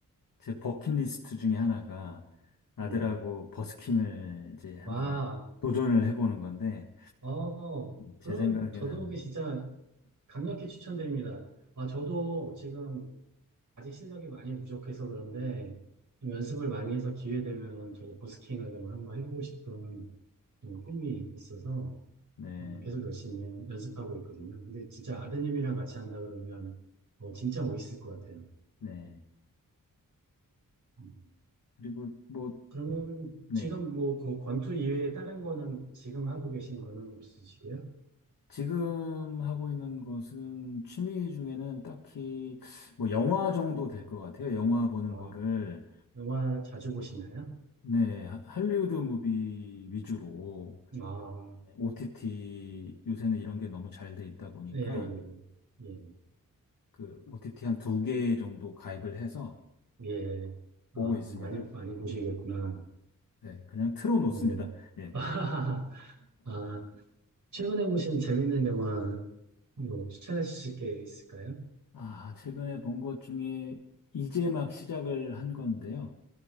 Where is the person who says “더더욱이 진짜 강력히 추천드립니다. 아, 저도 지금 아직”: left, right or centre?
Right